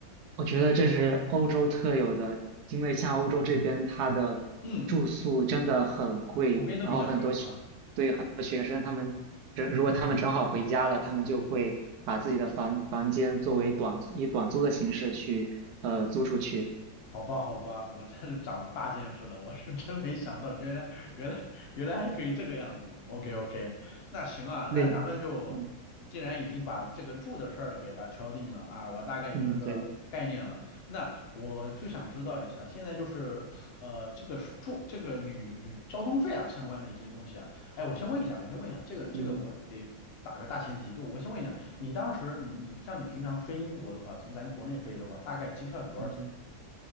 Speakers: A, on the right; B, on the left.
A: 我觉得这是欧洲特有的，因为像欧洲这边，它的住宿真的很贵，
B: 嗯，普遍都比较贵是吗？
A: 然后很多学，对很多学生，他们正如果他们正好回家了，他们就会把自己的房房间作为短以短租的形式去呃租出去。
B: 好吧，好吧，我真是长大见识了，我是真没想到，原来原来原来还可以这个样子。OK OK，那行啊，
A: 对，
B: 那咱们就
A: 嗯
B: 既然已经把这个住的事儿给它敲定了啊，我大概有了个概念了。
A: 嗯，对，
B: 那我就想知道一下，现在就是呃这个住这个旅旅交通费啊相关的一些东西啊，哎，我先问一下，我先问一下，这个这个我得打个大前提，
A: 嗯
B: 就我先问一下，你当时你你像你平常飞英国的话，从咱国内飞的话，大概机票是多少钱？
A: 嗯。